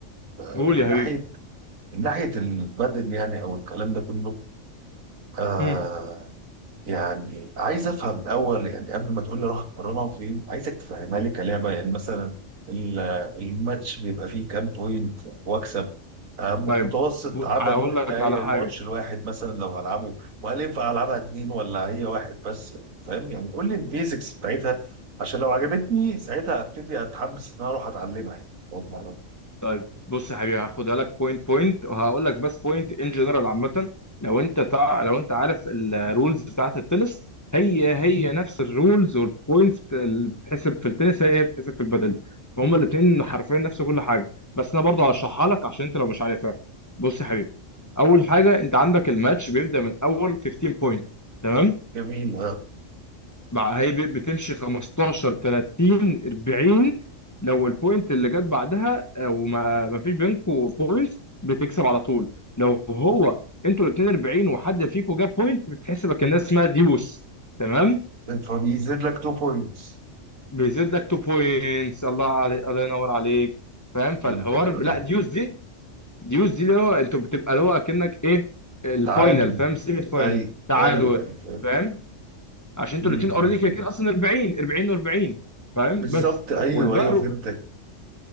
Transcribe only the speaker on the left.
قول يا
حبيبي
امم
طيب
ب-
هقول لك
على
حاجه
طيب بص يا حبيبي هاخدها لك بوينت بوينت وهقول لك بس بوينت ان جنرال عامه لو انت تع... لو انت عارف الرولز بتاعت التنس هي هي نفس الرولز والبوينتس اللي بتحسب في التنس هي هي بتحسب في البادل فهم الاثنين حرفيا نفس كل حاجه بس انا برضه هشرحها لك عشان انت لو مش عارفها بص يا حبيبي اول حاجه انت عندك الماتش بيبدا من اول 15 بوينت تمام
بقى هي ب- بتمشي 15 30 40 لو البوينت اللي جت بعدها او ما ما فيش بينكم بوينت بتكسب على طول لو هو انتوا الاثنين 40 وحد فيكم جاب بوينت بتحسبك الناس اسمها ديوس تمام
بيزيد لك 2 بوينتس الله عليك الله ينور عليك فاهم فالحوار
ب- لا ديوس دي ديوس دي اللي هو انتوا بتبقى اللي هو اكنك ايه الفاينل
فاهم سيمي فاينل
تعادل
فاهم عشان انتوا
الاثنين اوريدي
كده
كده اصلا 40 40 و40 فاهم
بس
والبقر